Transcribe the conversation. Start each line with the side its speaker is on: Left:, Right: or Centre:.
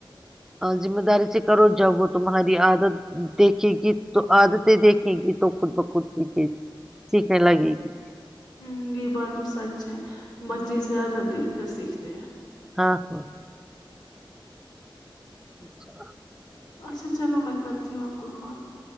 Centre: ذمہ داری سے کرو جب وہ تمہاری عادت دیکھے گی تو عادتیں دیکھیں گی تو خود بخود سیکھے سیکھنے لگے گی
Left: ہ یہ بات تو سچ ہے بچے زیادہ دیکھ کر سیکھتے ہیں
Centre: ہاں ہاں ہ اچھا
Left: اچھا چلو میں کرتی ہوں آپ کو کال